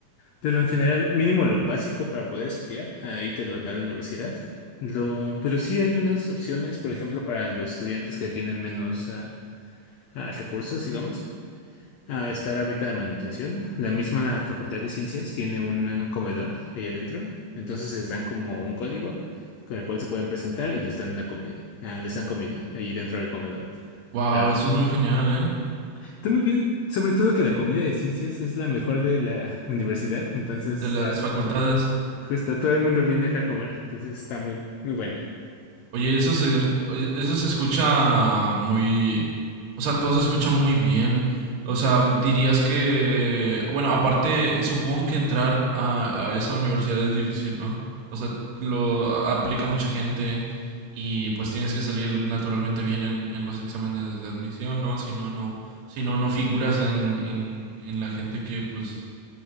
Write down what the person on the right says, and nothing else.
Wow,
eso es muy genial, ¿eh?
De
las facultades.
Oye, eso se, oye, eso se escucha muy, o sea, todo se escucha muy bien. O sea, dirías que, bueno, aparte, supongo que entrar a, a esa universidad es difícil, ¿no? O sea, lo a- aplica mucha gente y pues tienes que salir naturalmente bien en, en los exámenes de admisión, ¿no? Si no, no, si no, no figuras en, en, en la gente que, pues,